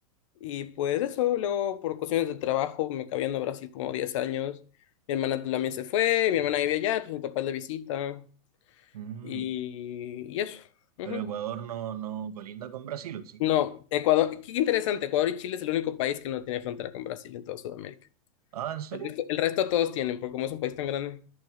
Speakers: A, on the left; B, on the right.
A: Y pues eso, luego por cuestiones de trabajo me acabé yendo a Brasil como 10 años. Mi hermana también se fue, mi hermana vivía allá, pues mi papá es de visita
B: Mm.
A: y, y eso. Ujú.
B: Pero Ecuador no, no colinda con Brasil, ¿o ¿sí?
A: No, Ecuador, qué interesante, Ecuador y Chile es el único país que no tiene frontera con Brasil en toda Sudamérica.
B: Ah, ¿en serio?
A: El resto, el resto todos tienen, porque como es un país tan grande.